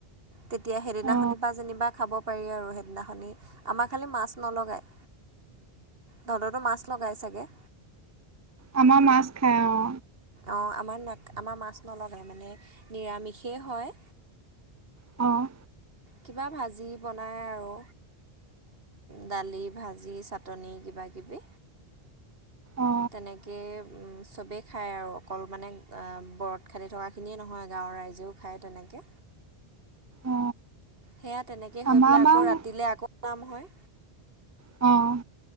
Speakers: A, on the right (about 60°); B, on the right (about 20°).
A: তেতিয়া সেইদিনাখনি
B: অ
A: পা যেনিবা খাব পাৰি আৰু সেইদিনাখনি আমাৰ খালি মাছ নলগায় তহঁতৰ টো মাছ লগাই চাগে
B: আমা মাছ খায় অ
A: অঁ আমাৰ ন আমাৰ মাছ নলগায় মানে নিৰামিষেই হয়
B: অঁ
A: কিবা ভাজি বনাই আৰু দালি ভাজি চাটনি কিবাকিবি
B: অ অ
A: তেনেকৈ চবেই খায় আৰু অকল মানে ব্ৰত খাট থকা খিনিয়ে নহয় গাঁৱৰ ৰাইজেও খায় তেনেকে
B: অ
A: সেয়া তেনেকৈ হৈ
B: আমাৰ
A: পেলাই
B: বাৰু
A: আকৌ ৰাতিলৈ আকৌ নাম হয়।
B: অঁ